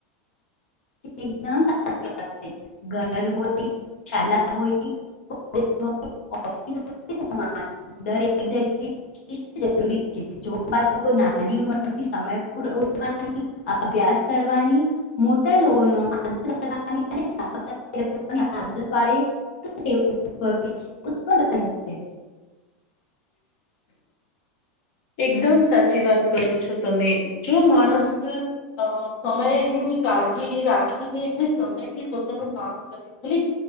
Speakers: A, on the left (about 80°); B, on the left (about 50°).
A: એકદમ <unintelligible> ઘર હોય શાલા હોય <unintelligible> દરેક જગ્યા જરૂરી છે <unintelligible> અભ્યાસ કરવાની મોટા લોકો નો આદર કરવાની અને <unintelligible> <unintelligible> બને છે
B: એકદમ સાચી વાત કરો છો તમે જો માણસ અ સમયની કાળજી રાખીને અને સમયથી પોતાનું કામ કરે અને